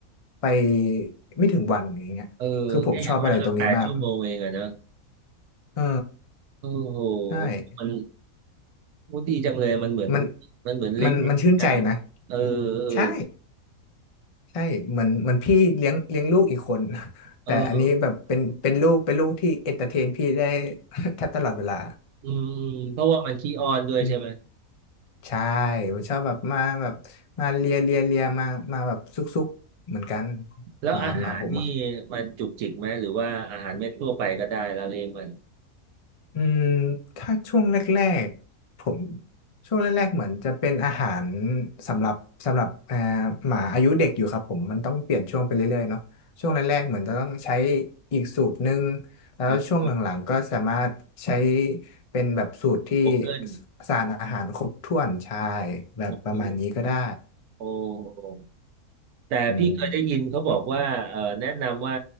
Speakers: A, on the left; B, on the right.
A: ไปไม่ถึงวันอย่างเงี้ยคือผมชอบอะไรตรงนี้มาก
B: เออแค่อย่างมากก็แปดชั่วโมงเองอะนะ
A: เออ
B: โอ้โห
A: ใช่
B: มันโอ้ดีจังเลยมันเหมือน
A: มัน
B: มันเหมือนเลี้ยงเด็กกันนะเออ
A: มันมันชื่นใจนะใช่ ใช่เหมือนเหมือนพี่เลี้ยงเลี้ยงลูกอีกคน <laughs>
B: เออเออ
A: แต่อันนี้แบบเป็นเป็นลูกเป็นลูกที่เอนเตอร์เทนพี่ได้ <laughs> แทบตลอดเวลา
B: อืมอืมเพราะว่ามันขี้อ้อนด้วยใช่ไหม
A: อืมใช่มันชอบแบบมาแบบมาเลียเลียเลียมามาแบบซุกซุกเหมือนกัน
B: แล้วอาหารนี่
A: หมาหมาผมอะ
B: มันจุกจิกไหมหรือว่าอาหารเม็ดทั่วไปก็ได้แล้วเลี้ยงมัน
A: อืมถ้าช่วงแรกๆผมช่วงแรกๆเหมือนจะเป็นอาหารสำหรับสำหรับเอ่อหมาอายุเด็กอยู่ครับผมมันต้องเปลี่ยนช่วงไปเรื่อยๆเนาะช่วงแรกๆเหมือนจะต้องใช้
B: โต
A: อีกสูตรหนึ่งแล้วช่วงหลังๆก็สามารถใช้
B: โตข
A: เป็นแบบสูตรที่
B: ึ้น
A: สสารอาหารครบถ้วนใช่แบบประมาณนี้ก็ได้
B: โอ้โห แต่พี่เคยได้ยินเขาบอกว่าเอ่อแนะนำว่า
A: อืม